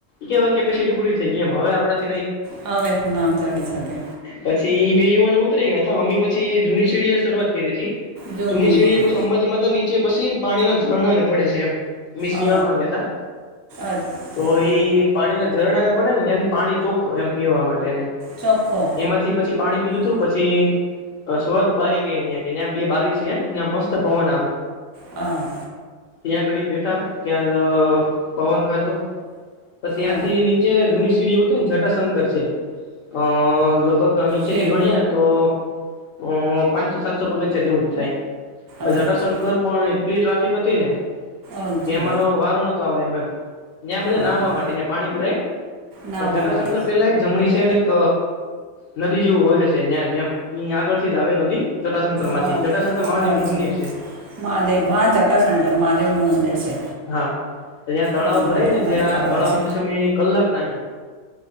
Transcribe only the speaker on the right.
હવે નામ ચડીયુ સાથે
જૂનીથી
અ
અચ્છા
ચોખ્ખું
હા.
અ
સેવ
અજે
અજે
આહા
નાહવા
માટે
અ
અજે
મહાદેવ હા જટાશંકર મહાદેવનું મંદિર છે.
હમ
મને
ખબર
છે